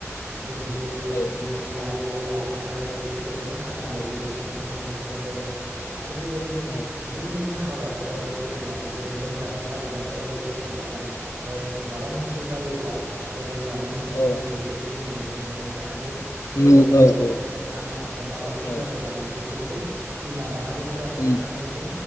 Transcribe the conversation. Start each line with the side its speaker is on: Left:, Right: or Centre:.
Right: दोनहैसै-
Left: औ
Right: दोनहैनानै ला बोयो लाबोनानै आरो बेफोरबायदिनो खामानियाव गोदैसोनानै थानो गोनां जायो। आरो बेबायदिनो
Left: औ
Right: गुबुन गुबुन हाबाफोराव जोथोन लानाय जेरै लोमजानाय साजानायफोरावबो जोथोन लानाय माबा मोनसे जायोबा, <inaudible> बिमानि मेगनाव
Left: औ
Right: मोदैखौ जोङो नुनो मोनो जाहाथे फिसाया
Left: नु
Right: जेबो
Left: औ
Right: दाजाथों
Left: औ
Right: आंनि फिसाया माबाफोर
Left: औ
Right: जाबाय नामा बेफोरखौ बिमा माहारि फोरा अनखांनायजों
Left: उम